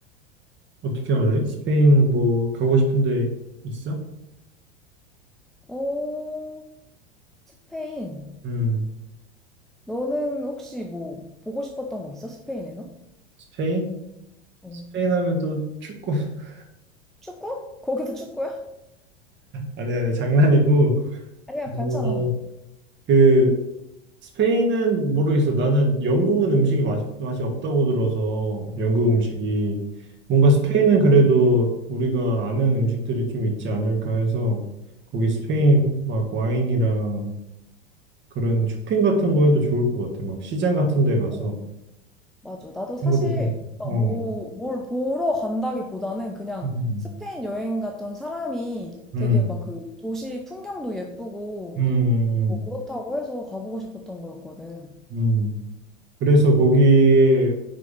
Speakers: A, on the right (about 35°); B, in the centre.
A: 어떻게 할래? 스페인 뭐 가고 싶은데 있어?
B: 어, 스페인.
A: 음,
B: 너는 혹시 뭐 보고 싶었던 거 있어? 스페인에서?
A: 스페인?
B: 어.
A: 스페인 하면 또 축구 <laughs>
B: 축구? 거기도 축구야?
A: 아니 아니 장난이고
B: 아니야,
A: 뭐
B: 괜찮아.
A: 그 스페인은 모르겠어. 나는 영국은 음식이 맛이, 맛이 없다고 들어서 영국
B: 어,
A: 음식이 뭔가 스페인은
B: 응,
A: 그래도 우리가 아는 음식들이 좀 있지 않을까 해서 거기 스페인
B: 응.
A: 막 와인이랑 그런 쇼핑 같은 거에도 좋을 것 같아. 막 시장 같은 데 가서
B: 어. 맞아. 나도 사실
A: 그런 것도 좋고.
B: 막
A: 어.
B: 뭐, 뭘 보러 간다기보다는 그냥
A: 음.
B: 스페인 여행 갔던 사람이
A: 음.
B: 되게 막 그 도시 풍경도 예쁘고
A: 음.
B: 뭐
A: 음.
B: 그렇다고 해서 가보고 싶었던 거였거든.
A: 음. 그래서 거기에